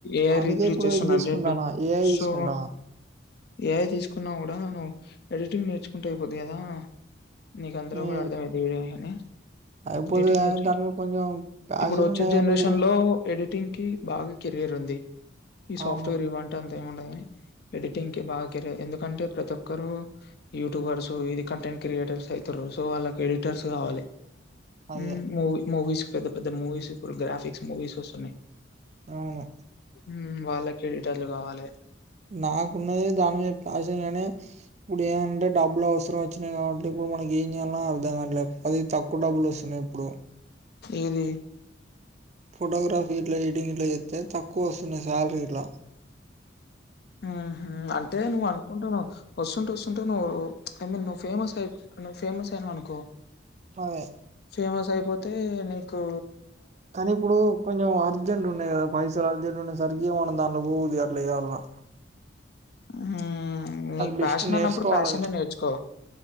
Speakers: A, on the left (about 60°); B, on the right (about 40°).
A: ఏర్
B: అందుకే
A: రిప్లేస్
B: ఇప్పుడు
A: చేస్తు
B: ఇది తీసుకుంటానా
A: అ
B: ఏఐ తీసుకుంటానా
A: సో ఏఐ తీస్కున్నా గుడా నువ్ ఎడిటింగ్ నేర్చుకుంటె ద్దిగదా నీకందులో
B: నీ
A: గుడా అర్దమైద్ది ఎఐ అనీ
B: అయిపోతది
A: ఏటి
B: కానీ
A: నేర్చుకో
B: దాని మీద కొంచెం ప్యాషన్
A: ఇప్పుడు ఒచ్చే
B: ఉన్నాయి
A: జనరేషన్
B: కానీ ఇప్పుడు
A: లో ఎడిటి టింగ్ కి బాగ కెరీర్ ఉంది ఈ
B: అవును
A: సాఫ్ట్వేర్ ఇవ్వంటె అం తేమ్డదుగని ఎడిటింగ్ కి బాగా కరెర్ ఎందుకంటే ప్రతి ఒక్కరు యూట్యూబర్స్ ఇది కంటెంట్ క్రియేటర్స్ ఐతురు సో వాళ్ళక్ ఎడిటర్స్ కావాలే
B: అదే
A: ఉ మూవ్ మూవీస్ పెద్ద పెద్ద మూవీస్ ఇప్పుడు గ్రాఫిక్స్ మూవీస్ ఒస్తున్నాయి
B: ఔను
A: ఉమ్ వాళ్ళకెడిటర్లు గవాలె
B: నాకున్నది దాని మీద ప్యాషన్ గనీ ఇప్పుడు ఏమంటే డబ్బులు ఔస్రం ఒచ్చినాయి గాబట్టి ఇప్పుడు మనకి ఏం జేయల్నో అర్ధం కాట్లే అది తక్కువ్ డబ్బులు ఒస్తున్నాయ్ ఇప్పుడు
A: ఏది
B: పోటోగ్రాఫీట్ల ఎడిటింగ్ గిట్ల జేత్తె తక్కుఒస్తున్నాయ్ సాలరిట్ల
A: ఊహు అంటే నువ్వు అన్కుంటానవ్ ఒస్తుంట ఒస్తు ంటే నువ్వు ఐ మీన్ నువ్వు ఫేమస్ అయి్ ఫేమస్ అయినవనుకో
B: అదే
A: ఫేమసయిపోత్ తే నీకూ
B: కానీ ఇప్పుడు కొంచెం అర్జెంట్ ఉన్నాయ్ గదా పైసలు అర్జెంట్ ఉండే సరికి ఇ్య మనందాంలో పోవదుళయలా
A: మ్ నీక్
B: బెస్ట్
A: ఫ్యాషన్
B: నేర్చుకోవాలి
A: అన్నప్పుడు ఫ్యాషనే
B: అది
A: నేర్చుకో